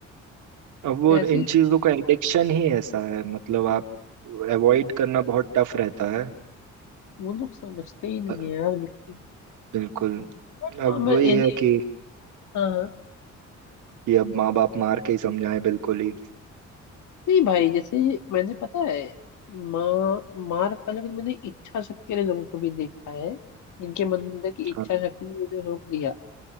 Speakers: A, on the right; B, on the left.
A: अब वो
B: कैसे
A: इन चीजों का एडिक्शन ही ऐसा है मतलब आप अवॉइड करना बहुत टफ रहता है
B: वो लोग समझते ही नहीं
A: अ,
B: है यार बिल्कुल
A: बिल्कुल
B: बट हाँ
A: अब
B: मैं
A: वही
B: इन्हें
A: है कि
B: हाँ हाँ
A: कि अब माँ बाप मार के ही समझाएं बिल्कुल ही
B: नहीं भाई जैसे मैंने पता है माँ मार का लेकिन मैंने इच्छा शक्ति वाले लोगों को भी देखा है जिनके मन- अंदर की इच्छा
A: हाँ,
B: शक्ति ने उन्हें रोक दिया